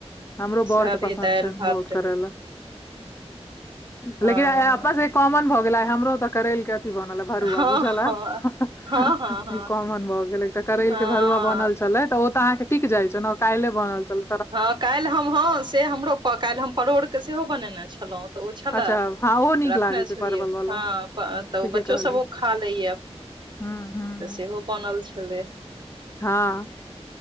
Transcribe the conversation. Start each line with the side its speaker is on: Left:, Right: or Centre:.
Left: हमरो बड़
Right: सरी
Left: के पसन्द
Right: दायल
Left: छनि
Right: भात
Left: बहुत
Right: रहै
Left: करैला लेकिन
Right: हँ
Left: आय अपना सब कॉमन भऽ गेल हमरो तऽ करैल के अथी बनल भरुआ
Right: हँ
Left: बुझल हैत
Right: हँ हँ हँ हँ
Left: इ कॉमन भ गेल एकटा करैल
Right: हँ
Left: के भरुआ बनल छय छलय तऽ ओ तऽ अहाँके टिक जाइत छल न काइले बनल छल
Right: हँ काल्हि हम हँ से हमरो काल्हि हम परोड़के सेहो बनेने छलहुँ तऽ ओ छलए
Left: अच्छा हँ ओहो नीक
Right: रखने
Left: लागै
Right: छलियै
Left: छै परवल वाला
Right: हँ तऽ
Left: ठीके
Right: बच्चो
Left: कहलियै
Right: सब ओ खा लैय
Left: हूँ हूँ
Right: तऽ
Left: हूँ
Right: सेहो बनल छलय
Left: हँ